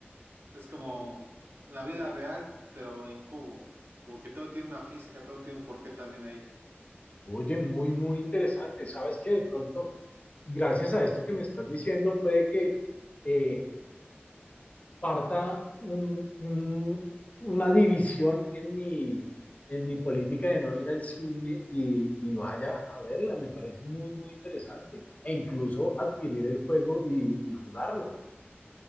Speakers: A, on the right; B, on the left.
A: es como la vida real, pero en cubo, como que todo tiene una física, todo tiene un porqué también ahí.
B: Oye, muy, muy interesante. Sabes que de pronto, gracias a esto que me estás diciendo, puede que eh, parta un, un, una división en mi, en mi política de no ir al cine y, y, vaya a verla. Me parece muy, muy interesante. E incluso adquirir el juego y, y jugarlo.